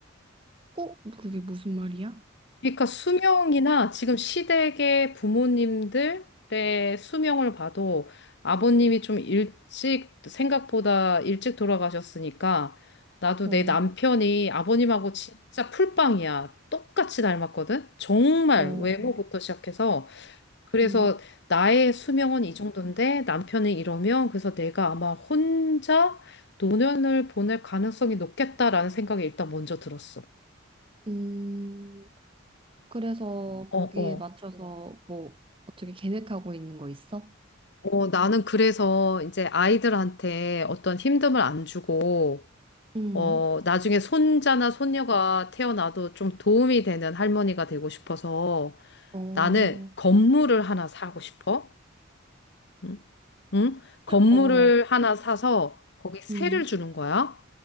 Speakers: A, on the right (about 25°); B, on the left (about 60°).
A: 어, 그게 무슨 말이야?
B: 그러니까 수명이나 지금 시댁의 부모님들의 수명을 봐도 아버님이 좀 일찍, 생각보다 일찍 돌아가셨으니까 나도
A: 어,
B: 내 남편이 아버님하고 진짜 풀빵이야. 똑같이 닮았거든? 정말
A: 어,
B: 외모부터 시작해서. 그래서
A: 음,
B: 나의 수명은 이 정도인데 남편이 이러면 그래서 내가 아마 혼자 노년을 보낼 가능성이 높겠다라는 생각이 일단 먼저 들었어.
A: 음, 그래서
B: 어,
A: 거기에
B: 어.
A: 맞춰서 뭐 어떻게 계획하고 있는 거 있어?
B: 어, 나는 그래서 이제 아이들한테 어떤 힘듦을 안 주고,
A: 음,
B: 어, 나중에 손자나 손녀가 태어나도 좀 도움이 되는 할머니가 되고 싶어서
A: 어,
B: 나는 건물을 하나 사고 싶어. 응? 응? 건물을
A: 어,
B: 하나 사서 거기 세를
A: 음,
B: 주는 거야.